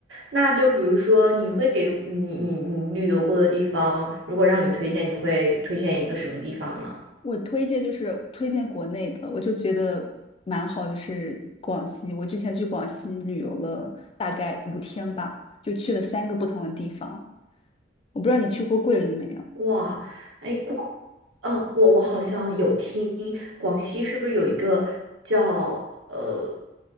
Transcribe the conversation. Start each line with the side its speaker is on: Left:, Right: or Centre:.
Right: 那就比如说，你会给你你你旅游过的地方，如果让你推荐，你会推荐一个什么地方呢？
Left: 我推荐就是推荐国内的，我就觉得蛮好，就是广西。我之前去广西旅游了大概五天吧，就去了三个不同的地方。我不知道你去过桂林没有？
Right: 哇，哎，哦，我我好像有听广西是不是有一个叫呃，